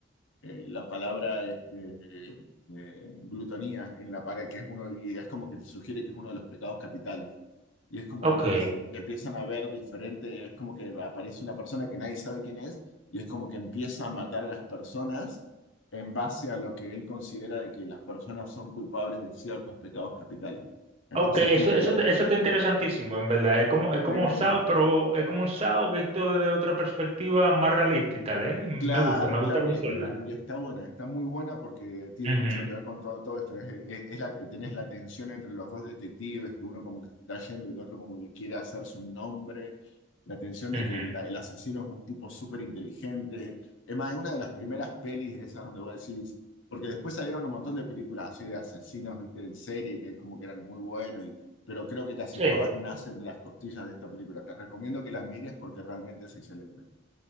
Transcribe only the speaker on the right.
Ok,
Ok, eso,
eso,
te- eso está interesantísimo, en verdad. Es como, es como
un SAO, pero es como un SAO visto desde otra perspectiva más realista y tal, ¿eh? Me
gusta, me gusta
cómo
suena.
Ujú,
ujú.
Sí.